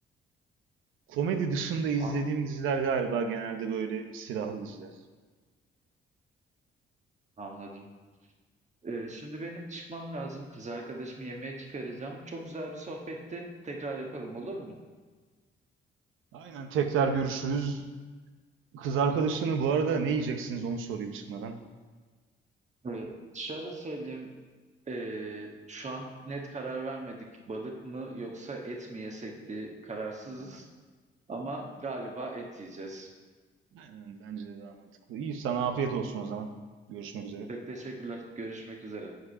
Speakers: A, on the right; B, on the right.
A: Komedi dışında izlediğim
B: An
A: diziler galiba genelde böyle silahlı diziler.
B: anladım. Eee, şimdi benim çıkmam lazım. Kız arkadaşımı yemeğe çıkaracağım. Çok güzel bir sohbetti. Tekrar yapalım olur mu?
A: Aynen tekrar görüşürüz. Kız arkadaşını bu arada ne yiyeceksiniz onu sorayım çıkmadan.
B: Eee, şöyle söyleyeyim, eee, şu an net karar vermedik. Balık mı yoksa et mi yesek diye kararsızız
A: Evet.
B: ama galiba et yiyeceğiz.
A: Aynen bence de daha mantıklı. İyi sana afiyet olsun o zaman. Görüşmek üzere.
B: Çok teşekkürler. Görüşmek üzere.